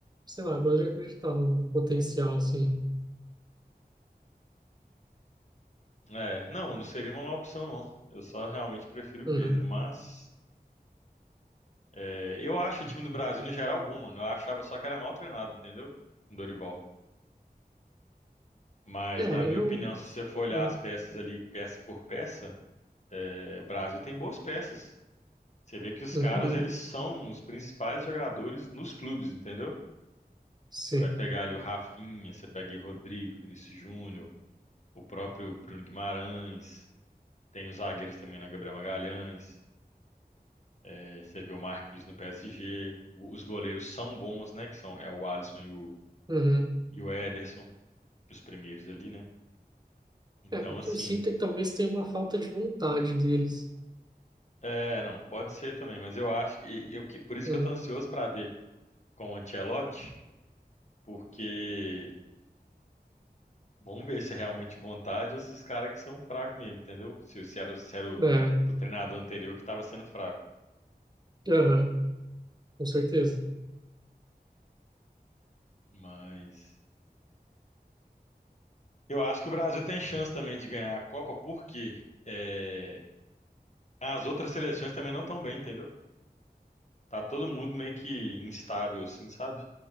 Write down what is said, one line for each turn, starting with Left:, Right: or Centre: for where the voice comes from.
Right: sei lá, gosto de acreditar no, no potencial, assim.
Left: É, não, não seria uma má opção, não. Eu só realmente prefiro o
Right: Uhum.
Left: Pedro, mas. é, eu acho o time do Brasil, no geral, bom, mano. Eu achava só que era mal treinado, entendeu? O Dorival. Mas,
Right: É,
Left: na minha
Right: eu.
Left: opinião, se você for olhar
Right: Uhum.
Left: as peças ali, peça por peça, é, o Brasil tem boas peças. Você vê que os
Right: Uhum.
Left: caras, eles são os principais jogadores nos clubes, entendeu?
Right: Sim.
Left: Você vai pegar ali o Rafinha, você pega aí Rodrigo, Vinícius Júnior, o próprio Bruno Guimarães, tem os zagueiros também na Gabriel Magalhães, é, você vê o Marquinhos no PSG, o- os goleiros são bons, né? Que são é o Alisson e o,
Right: Uhum.
Left: e o Ederson, os primeiros ali, né? Então,
Right: É, o que
Left: assim,
Right: eu sinto é que talvez tenha uma falta de vontade deles.
Left: é, não, pode ser também, mas eu acho que eu, que- por isso
Right: Hum.
Left: que eu tô ansioso para ver com o Ancelotti, porque vamos ver se é realmente vontade ou se os caras que são fracos mesmo, entendeu? Se, se era, se era o,
Right: É,
Left: o treinador anterior que estava sendo fraco.
Right: aham, com certeza.
Left: Mas eu acho que o Brasil tem chance também de ganhar a Copa, porque é, as outras seleções também não estão bem, entendeu? Tá todo mundo meio que instável, assim, sabe?